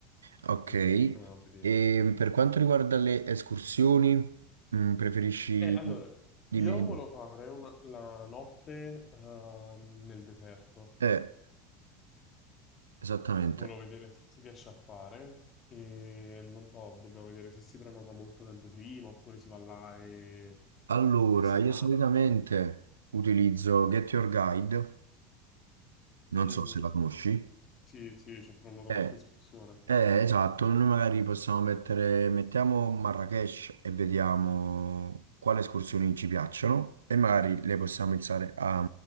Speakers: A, on the right; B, on the left.
A: ok.
B: e proviamo a vedere.
A: E per quanto riguarda le escursioni, mm, preferisci...
B: Eh, allora,
A: Dimmi,
B: io
A: dimmi.
B: volevo fare una- la notte ehm, nel deserto,
A: Eh, esattamente.
B: volevo vedere se si riesce a fare e non so, dobbiamo vedere se si prenota molto tempo prima oppure si va là e,
A: Allora,
B: e si
A: io
B: fa.
A: solitamente utilizzo Get Your Guide, non
B: Mhm.
A: so se la conosci.
B: Sì, sì, ci ho prenotato
A: Eh,
B: qualche escursione.
A: Eh, esatto, noi magari possiamo mettere, mettiamo Marrakesh e vediamo quali escursioni ci piacciono e magari le possiamo iniziare a,